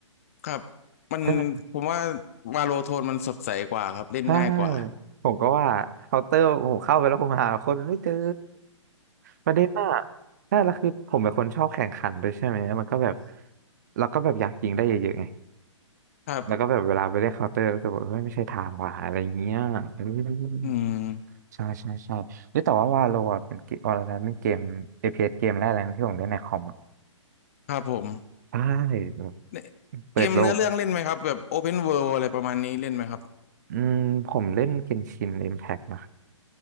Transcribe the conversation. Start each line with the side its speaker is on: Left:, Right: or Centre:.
Left: ครับมัน
Right: ใช่ไหม
Left: ผมว่าวาโลโทนมันสดใสกว่าครับเล่นง่ายกว่า
Right: ใช่ผมก็ว่าเคาน์เตอร์โอ้โหเข้าไปแล้วผมหาคนไม่เจอประเด็นอะใช่แล้วคือผมเป็นคนชอบแข่งขันด้วยใช่ไหมมันก็แบบแล้วก็แบบอยากยิงได้เยอะๆไง
Left: <laughs> ครับ
Right: แล้วก็แบบเวลาไปเล่นเคาน์เตอร์ก็รู้สึกว่าเฮ้ยไม่ใช่ทางว่ะอะไรอย่างเงี้ยเออ
Left: อืม
Right: ใช่ใช่ใช่เฮ้ยแต่ว่าวาโลอ่ะเป็นเกมวาโลนะเป็นเกมเ p สเกมแรกเลยนะที่ผมเล่นในคอม
Left: ครับผม
Right: ใช่แบบ
Left: เนี่ย
Right: เปิดโลก
Left: เกมเนื้อเรื่องเล่นไหมครับแบบ Open World อะไรประมาณนี้เล่นไหมครับ
Right: อืมผมเล่นเกนชินอิมแพกนะ